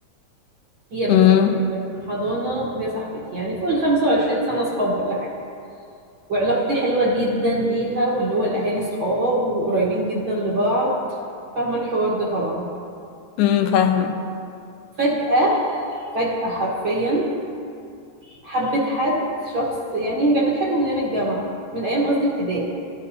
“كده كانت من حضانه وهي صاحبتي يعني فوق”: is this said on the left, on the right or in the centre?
Right